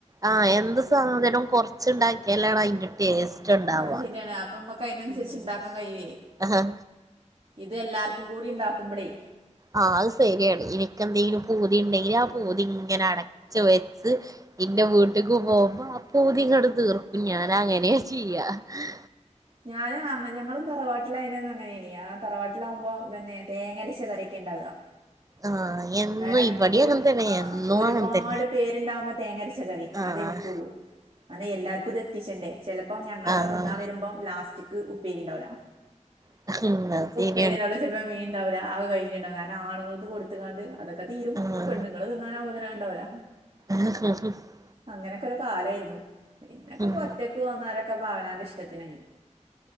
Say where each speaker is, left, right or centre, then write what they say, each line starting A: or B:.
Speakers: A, on the right; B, on the right.
A: ആഹ് എന്ത് സാധനും കൊർച്ച്ണ്ടാക്കിയാലാണ് അയ്ന്റെ ടേസ്റ്റ് ഉണ്ടാവുക
B: അ ശരിയാണ് ആഹ് അപ്പമ്മക്ക് അയിനൻസരിച്ച്
A: ഉം
B: ഇണ്ടാക്കാൻ കഴിയേ
A: ആഹ്
B: ഇത് എല്ലാർക്കും കൂടി ഇണ്ടാക്കുമ്പളേ.
A: ആ അത് സരിയാണ് ഇൻക്കെന്തെങ്കിലും പൂതി ഉണ്ടെങ്കിൽ ആ പൂതിങ്ങനെ അടച്ച് വെ ഇന്റെ വീട്ട്ക്ക് പോകുമ്പോ ആ പൂതിങ്ങട്ട് തീർക്കും ഞാനങ്ങനെ ചെയ്യാ ഹേഹ്‌
B: ഞാനാ ഞങ്ങളും തറവാട്ടിലായീനന്ന് അങ്ങനേനി ആ തറവാട്ടിലാകുമ്പോ ഇതന്നെ തേങ്ങര്ച്ച കറിയോക്കെണ്ടാവ
A: ആഹ് എന്നും
B: കാരണം
A: ഇവിടേം
B: ഒ ഒരു
A: അങ്ങനെ തന്നെ
B: ആ
A: എന്നും
B: ഒരുപാട്
A: അങ്ങനെ തന്നെ
B: പേര്ണ്ടാവുമ്പ തേങ്ങര്ച്ച കറി.
A: ആഹ്
B: അതെ വെക്കൊള്ളൂ ആന്നേ എല്ലാർക്കും ഇത് എത്തിച്ചണ്ടേ, ചെലപ്പോ ഞങ്ങളൊക്കെ
A: ആഹ്
B: തിന്നാ വരുമ്പം ലാസ്റ്റ്ക് ഉപ്പേരിണ്ടാവൂല.
A: <unintelligible>
B: <unintelligible> ചെൽപ്പോ മീന്ണ്ടാവൂല അ കഴിഞ്ഞിണ്ടാവും കാരണം ആണുങ്ങൾക്ക് കൊടുത്ത്കാണ്ട് ക്കെ തീരും
A: ആഹ്
B: പെണ്ണ്ങ്ങള് തിന്നാനാവുമ്പോത്തിന് അത്ണ്ടാവൂല.
A: <inaudible>
B: അങ്ങനൊക്കെ ഒരു കാലെര്ന്നു പിന്നൊക്കെപ്പോ
A: ഉം
B: ഒറ്റക്ക് പോന്നോരോക്കെ അവനാന്റെഷ്ട്ടത്തിനായി.